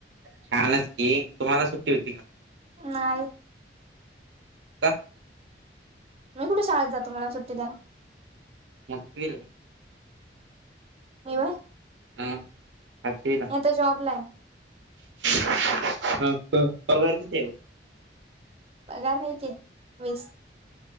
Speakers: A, on the right; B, on the right.
A: छान की तुम्हाला सुट्टी होती.
B: नाही
A: का
B: मी कुठं शाळेत जातो मला सुटी द्याल.
A: मस्त विल आहे.
B: मवा
A: आ आखिर
B: आता जॉब ला आहे
A: हा तर परगार किती आहे गं?
B: पगारहायचे वीस